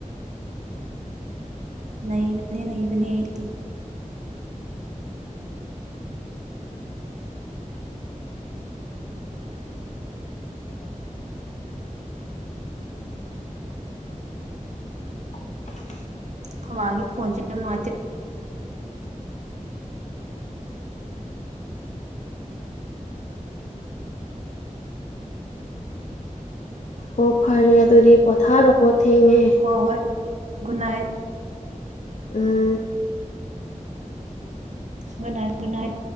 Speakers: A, on the right; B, on the left.
A: ꯅꯩꯕꯅꯦ ꯅꯩꯕꯅꯦ ꯑꯩꯗꯤ
B: <unintelligible>
A: ꯈꯣꯏꯃꯥꯒꯤ ꯐꯣꯟꯁꯦ ꯌꯥꯝ ꯅꯨꯡꯉꯥꯏꯇꯦ
B: ꯑꯣ ꯐꯔꯦ ꯑꯗꯨꯗꯤ ꯄꯣꯊꯥꯔꯣꯀꯣ ꯊꯦꯡꯉꯦ
A: ꯍꯣꯏ ꯍꯣꯏ good night
B: um
A: good night good night